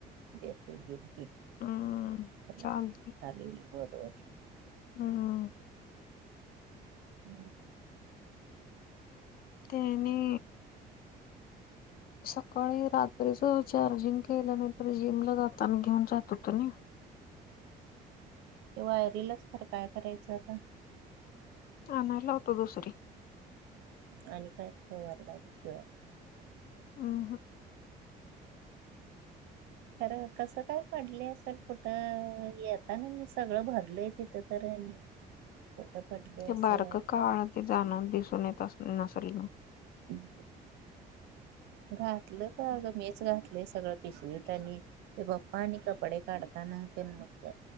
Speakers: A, on the right (about 80°); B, on the left (about 60°).
A: दिल की तुला
B: हम्म चालतंय
A: काय तर.
B: हम.
A: हम्.
B: तेनी. सकाळी रात्रीच चार्जिंग केल्या नाहींतर जिमला जाता आणि घेऊन जात होतं ना.
A: ते वायरीलाच खर काय करायचं आता.
B: आणायला होतो दुसरी.
A: आणि काय ओरड आल्यास ग.
B: अ ह.
A: खरं कसं काय पडलं असेल कुठं येताना सगळं भरलय तिथं तर. कुठे पडली
B: ते
A: असेल
B: बारक
A: काय
B: काळ
A: माहिती.
B: ते जाणून दिसून येत अस नसल.
A: हम्. घातलं तर अगं मीच घातलंय सगळं पिशवी त्यांनी ते पप्पा आणि. कपडे काढताना तन मग